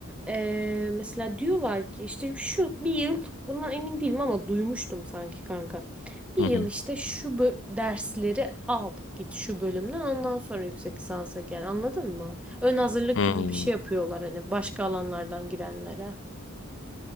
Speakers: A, in the centre; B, on the left.
A: Ee, mesela diyorlar ki işte şu bir yıl bundan emin değilim ama duymuştum sanki kanka. Bir
B: Hı
A: yıl
B: hı.
A: işte şu bö- dersleri al git şu bölümden ondan sonra yüksek lisansa gel anladın mı? Ön hazırlık
B: Hmm.
A: gibi bir şey yapıyorlar hani başka alanlardan girenlere.